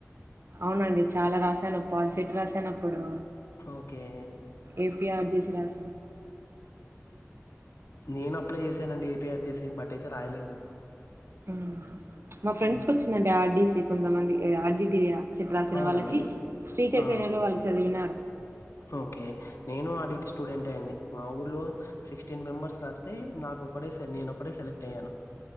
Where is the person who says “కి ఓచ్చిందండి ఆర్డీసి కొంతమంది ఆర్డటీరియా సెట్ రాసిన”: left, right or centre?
Right